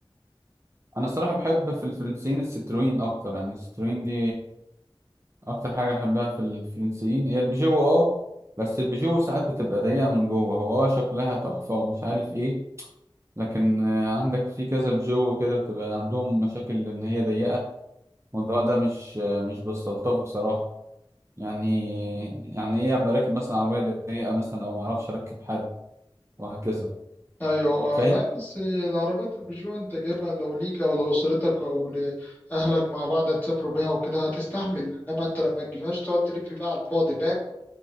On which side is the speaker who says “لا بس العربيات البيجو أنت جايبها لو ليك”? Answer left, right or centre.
Left